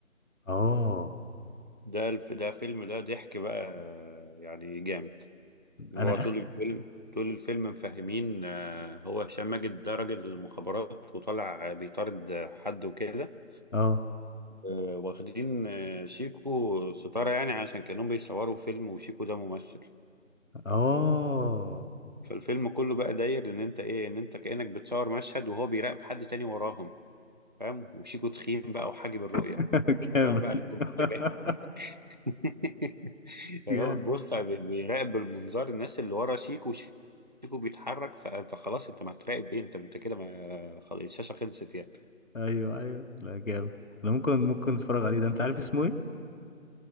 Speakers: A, on the left (about 75°); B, on the right (about 35°).
A: اه
B: ده الف ده فيلم ده ضحك بقى آه، يعني جامد هو
A: انا
B: طول
A: اخ
B: الفيلم طول الفيلم مفهمين آه، هو هشام ماجد ده راجل المخابرات وطالع آه، بيطارد آه، حد وكده
A: اه
B: آه، واخدين آه، شيكو ستارة يعني عشان كانوا بيصوروا فيلم وشيكو ده ممثل
A: اه
B: فالفيلم كله بقى داير ان انت ايه ان انت كأنك بتصور مشهد وهو بيراقب حد تاني وراهم فاهم وشيكو تخين بقى وحاجب الرؤية
A: <laughs>
B: انت
A: جامد
B: فاهم بقى الكوميديا
A: <laughs>
B: جاية <laughs> يعني
A: جامد
B: هو بيبص بي- بيراقب بالمنظار الناس اللي ورا شيكو شيكو بيتحرك فانت خلاص انت ما هتراقب ايه انت انت كده ما خلاص الشاشة خلصت يعني
A: ايوه ايوه لا جامد انا ممكن ممكن اتفرج عليه ده انت عارف اسمه ايه